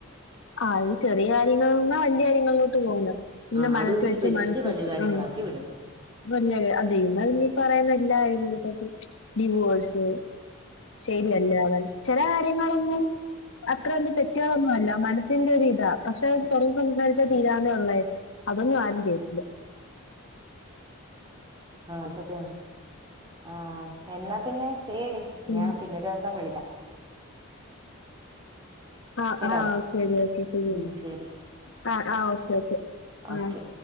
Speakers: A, on the left (about 60°); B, on the right (about 20°).
A: അഹ് ചെറിയ കാര്യങ്ങളാന്ന് വല്യ കാര്യങ്ങളിലോട്ട് പോകുന്നത് ഇന്ന
B: ആ
A: മനസ്സ്
B: അത് ഊതി
A: വെച്ച
B: പെരുപ്പിച്ച്
A: മനസ്സ്
B: വലിയ
A: വെച്ച്
B: കാര്യങ്ങളാക്കി
A: ഉം
B: വിടും
A: വല്ല അതീന്നാ ഞ് പറയുന്ന എല്ലാ <unintelligible> ഡിവോഴ്സ് ശരിയല്ല അവൻ ചെല കാര്യങ്ങളൊന്നും അത്ര വല്യ തെറ്റുകളൊന്നു അല്ല മനസ് ന്റെ ഒരു ഇതാ പക്ഷെ അത് തുറന്ന് സംസാരിചാൽ തീരവുന്നതേ ഉള്ളായിരുന്നു അതൊന്നും ആരും ചെയ്തില്ല
B: ആ സത്യമാണ് ആ എന്നാ പിന്നെ ശെരിയടി
A: ഉം
B: ഞാൻ പിന്നെരു ദിവസം വിളിക്കാം
A: ആഹ
B: കേട്ടോ
A: ആഹ ശരിഓക്കെ ശരിയെന്ന
B: ഉം ശരി
A: ആഹ ആഹ ഓക്കെ ഓക്കെ
B: ഓക്കെ
A: ആ